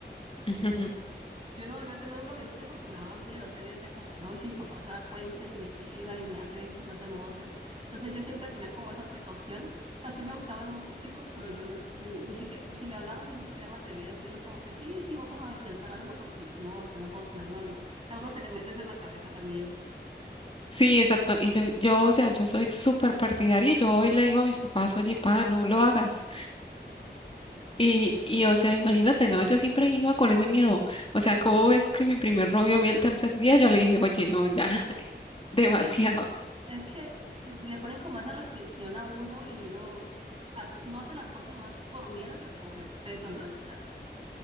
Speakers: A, on the left; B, on the right.
A: <laughs>
B: Yo no volví a tener un noviecito porque me daba miedo. O sea, yo decía como que no, y si mi papá se da cuenta y me pega y me hace eso y me hace lo otro. Entonces yo siempre tenía como esa precaución. O sea, sí me gustaban muchos chicos, pero yo n- ni siquiera, si me hablaban, yo ni siquiera me atrevía a decirles como que sí, sí, vamos a intentar algo porque yo no, yo no puedo tener novio. O sea, a uno se le mete eso en la cabeza también.
A: Sí, exacto. Y yo, yo, o sea, yo soy súper partidaria. y Yo hoy le digo a mis papás, oye, pa, no lo hagas. Y, y, o sea, imagínate, ¿no? Yo siempre iba con ese miedo. O sea, ¿cómo es que mi primer novio a mí el tercer día? Yo le dije, oye, no, ya, <laughs> demasiado.
B: <laughs> Sí, Es que le ponen como esa restricción a uno y uno hace- no hace las cosas más por miedo que por respeto en realidad.